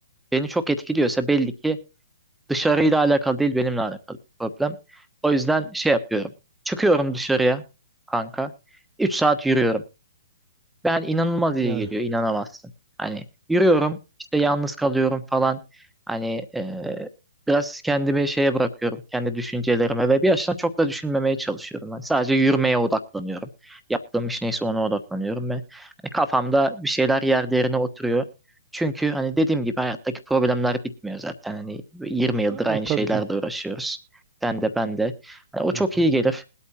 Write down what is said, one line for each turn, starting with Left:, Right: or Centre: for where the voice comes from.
Centre: beni çok etkiliyorsa belli ki Dışarıyla alakalı değil benimle alakalı bir problem. O yüzden şey yapıyorum. Çıkıyorum dışarıya kanka. 3 saat yürüyorum. Ben inanılmaz iyi
Right: Yani
Centre: geliyor, inanamazsın. Hani yürüyorum, işte yalnız kalıyorum falan. Hani e, biraz kendimi şeye bırakıyorum, kendi düşüncelerime ve bir yaştan çok da düşünmemeye çalışıyorum. Ben sadece yürümeye odaklanıyorum. Yaptığım iş neyse ona odaklanıyorum ve hani kafamda bir şeyler yer yerine oturuyor. Çünkü hani dediğim gibi hayattaki problemler bitmiyor zaten. Hani yirmi yıldır
Right: ya, o
Centre: aynı
Right: tabii
Centre: şeylerle
Right: canım.
Centre: uğraşıyoruz. Sen de ben de. Hani o
Right: Hı
Centre: çok
Right: hı.
Centre: iyi gelir.